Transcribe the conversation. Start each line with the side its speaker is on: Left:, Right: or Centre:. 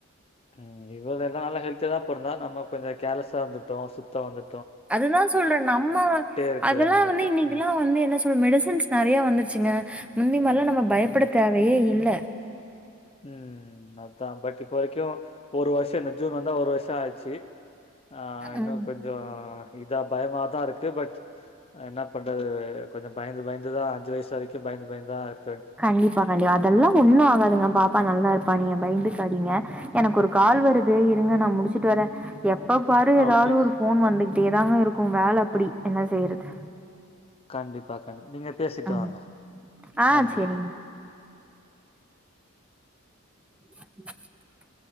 Left: ம் இவ வெ நல்லா ஹெல்த்தியா தான் பொறந்தா நம்ம கொஞ்சம் கேர்லெஸா இருந்துட்டோம் சுத்தம் வந்து
Centre: அதுதான் சொல்றேன் நம்ம வ
Left: இருக்கு
Centre: அதெல்லாம்
Left: நமக்கு.
Centre: வந்து இன்னைக்குல்லாம்
Left: ம்.
Centre: வந்து என்ன சொ துரு மெடிசன்ஸ் நறையா வந்துருச்சிங்க முந்திமார்லா நம்ம பயப்பட
Left: ம்.
Centre: தேவையே இல்ல
Left: ம் அதான் பட் இப்போ வரைக்கும் ஒரு வருஷ இந்த ஜூன் வந்தா ஒரு வருஷம் ஆச்சி ஆ இன்னும்
Centre: ம்.
Left: கொஞ்சம் இதா பயமாதான் இருக் கு பட் ஆ என்ன பண்றது கொஞ்சம் பயந்து பயந்துதான் அஞ்சி வயசு வரைக்கும் பயந்து பயந்து தான் இரு
Centre: கண்டிப்பா கண்டிப்பா அதெல்லாம் ஒண்ணும் ஆகாதுங்க பாப் பா நல்லா இருப்பா நீங்க பயந்துகாதிங்க எனக்கு ஒரு கால் வருது இருங்க நான் முடிச்சிட்டு வரே எப்ப பாரு எதாவது
Left: ஓகே.
Centre: ஒரு போன் வந்து டேதாங்க இருக்கும் வேல அப்பிடி என்ன செய்யறது
Left: கண்டிப்பா கண்டிப் நீங்க பேசிட்டு
Centre: ம்.
Left: வாங்க
Centre: ஆ
Left: நன்றி
Centre: சரிங்க. <unintelligible>